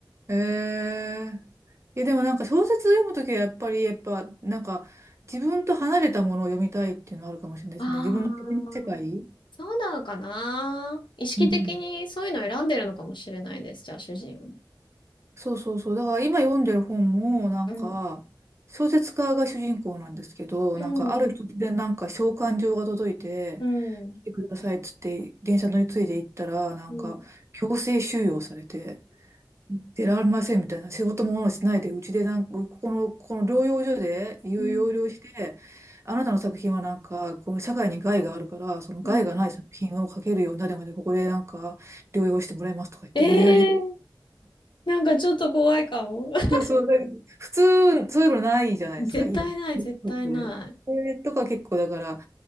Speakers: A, on the right (about 35°); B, on the left (about 85°).
A: ええいや、でもなんか小説読むときはやっぱり、やっぱ、なんか自分と離れたものを読みたいっていうのはあるかもしれないですね。
B: ああ、
A: 自分の世界。
B: そうなのかな。意識的にそういうのを選んでるのかもしれないです、
A: うん。
B: じゃあ主人を。
A: そうそうそう。だから今読んでる本も、なんか、
B: うん、
A: 小説家が主人公なんですけど、
B: うん、
A: なんかある日突然なんか召喚状が届いて、
B: うん、
A: 来てくださいっつって電車乗り継いで行ったら、なんか強制収容されて、
B: うん、
A: 出られませんみたいな、仕事もしないで、うちでなんか、ここの、この療養所で有療養して、
B: うん、
A: あなたの作品はなんか、この社会に害があるから、その害がない作品を描けるようになるまで、
B: うん。
A: ここでなんか、療養してもらいますとか言って、
B: ええー
A: 無理やり。
B: なんかちょっと怖いかも。<laughs>
A: そうそう、そうだけど普通、そういうのないじゃないですか、
B: 絶対ない、
A: 今。でそれとか結構、
B: 絶対な
A: だから、